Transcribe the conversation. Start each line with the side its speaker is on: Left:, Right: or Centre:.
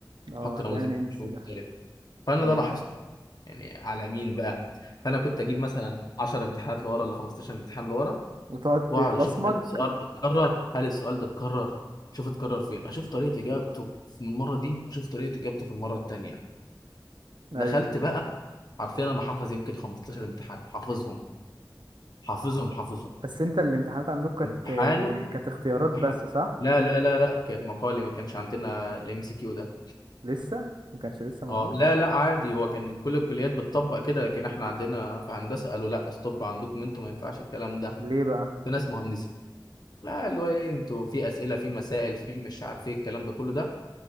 Right: اه
Left: يحط نموذج
Right: ده نمس
Left: مختلف
Right: ده
Left: فأنا
Right: ايوه
Left: ده لاحظته يعني على مين بقى فأنا كنت أجيب مثلا 10 امتحانات لورا ولا 15 امتحان لورا
Right: وتقعد
Left: وأقعد
Right: تبصمج
Left: أشوف هل السؤال ده اتكرر هل السؤال ده اتكرر شوف اتكرر فين أشوف طريقة إجابته في المرة دي وأشوف طريقة إجابته في المرة التانية
Right: ايوه
Left: دخلت بقى عارفين أنا حافظ يمكن 15 امتحان حافظهم حافظهم حافظهم
Right: بس انت الامتحانات عندك كانت
Left: امتحان
Right: كانت اختيارات
Left: امتحان
Right: بس صح
Left: لا لا لا لا كانت مقالي ما كانش عندنا الام سي كيو ده
Right: لسه ما كانش لسه موجود
Left: اه لا لا عادي هو كان كل الكليات بتطبق كده لكن احنا عندنا في هندسه قالوا لا ستوب عندكم انتوا ما ينفعش الكلام ده
Right: ليه بقى
Left: في ناس مهندسين لا اللي هو ايه انتوا في اسئله في مسائل في مش عارف ايه الكلام ده كله ده